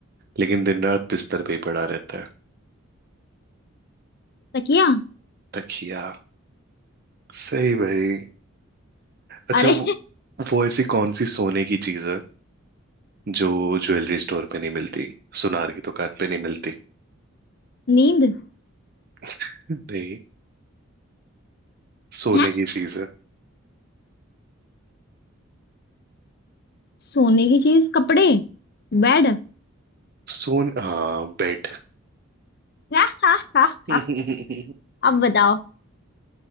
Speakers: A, on the right; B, on the left.
A: लेकिन दिन रात बिस्तर पे ही पड़ा रहता है
B: तकिया
A: तकिया सही भाई अच्छा
B: अरे
A: वो, वो ऐसी कौन सी सोने की चीज है जो ज्वेलरी स्टोर पे नहीं मिलती सुनार की दुकान पे नहीं मिलती
B: <laughs> नींद
A: <laughs> नहीं सोने
B: है
A: की चीज है
B: सोने की चीज कपड़े बेड
A: सोन हाँ बेड
B: <laughs>
A: <laughs> हम्म
B: अब बताओ